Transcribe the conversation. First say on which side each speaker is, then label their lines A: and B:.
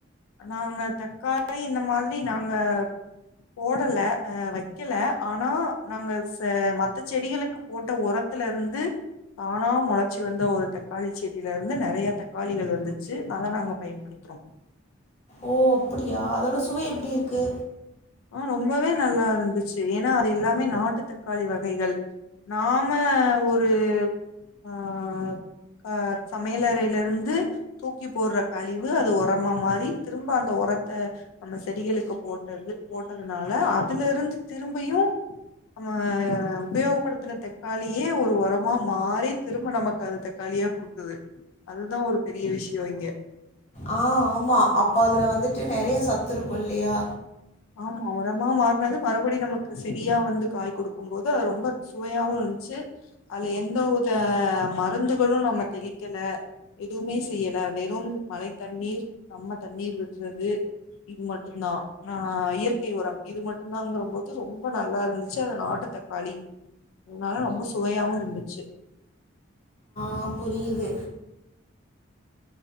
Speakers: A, on the left; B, on the left.
A: நாங்க தக்காளி இந்த மாதிரி நாங்க போடலை அ வெக்கல ஆனா நாங்க ச மத்த செடிகளுக்கு போட்ட ஒரத்துல இருந்து தானா முளைச்சி வந்த ஒரு தக்காளி செடில இருந்து நறைய தக்காளிகள் வந்துச்சு அத நாங்க பயன்படுத்துறோ
B: ஓ அப்படியா அதோட சுவை எப்படி இருக்கு
A: ஆஹ ரொம்பவே நல்லா இருந்துச்சு ஏன்னா அது எல்லாமே நாட்டு தக்காளி வகைகள் நாம ஒரு ஆஹ் கஹ சமையலறையில இருந்து தூக்கி போடுற கழிவு அது ஒரமா மாறி திரும்ப அந்த உரத்த நம்ம செடிகளுக்கு போட்டது போட்டதுனால அதுல இருந்து திரும்பியும் நம்ம உபயோகப்படுத்தின தக்காளியே ஒரு உரமா மாறி திரும்ப நமக்கு அது தக்காளியா குடுத்தது அதுதான் ஒரு பெரிய விஷயம் இங்க
B: ஆஹ் ஆமா அப்ப அதுல வந்துட்டு நிறைய சத்து இருக்கும் இல்லையா
A: ஆ உரமா மாறனது மறுபடி நமக்கு செரியா வந்து காய் குடுக்கும் போோது அது ரொம்ப சுவையாவவும் இருந்துச்சு அதுல எந்த வித மருந்துகளும் நம்ம தெளிக்கல எதுவுமே செய்யல வெறும் மலை தண்ணீர் நம்ம தண்ணீர் விடுறது இது மட்டு தான் ஆஹ் இயற்கை உரம் இது மட்டும தான்ங்கறபோது ரொம்ப நல்லா இருந்துச்சு அது நாட்டு தக்காளி அதனால ரொம்ப சுவையாவும் இருந்துச்சு
B: மா புரியுது